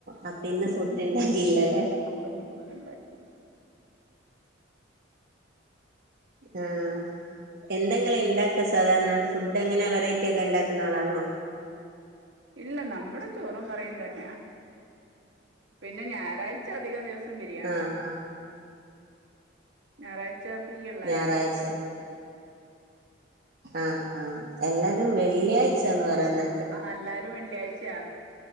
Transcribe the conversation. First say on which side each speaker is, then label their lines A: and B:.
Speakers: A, on the right; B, on the right.
A: അപ്പൊയിന്ന് ഫുഡുണ്ടാക്കിയില്ലയല്ലേ
B: അപ്പൊ ഇന്ന് ഫുഡ് ഉണ്ടാക്കി
A: ആഹ് എന്തെഇങ്ങൾ ഇണ്ടാക്കാ സാധാരണ ഫുഡ് എങ്ങനെ വെറൈറ്റി ഒക്കെ ഉണ്ടാക്കുന്ന ആളാണോ
B: ഇല്ല നമ്മുടെ ചോറും കറിയും തന്നെയ പിന്നെ ഞായറാഴ്ച അധികം ദിവസം ബിരിയാണിയ
A: ആഹ് ആഹ്
B: ഞായറാ ച്ച ഫ്രീയള്ള
A: ഞായറാഴ്ച
B: എല്ലരും
A: ആഹ് ആഹ് എല്ലാരും വെള്ളിയാഴ്ചന്ന് പറയാന്ന
B: ആഹ് അല്ലാരും വെള്ളിയാഴ്ചയ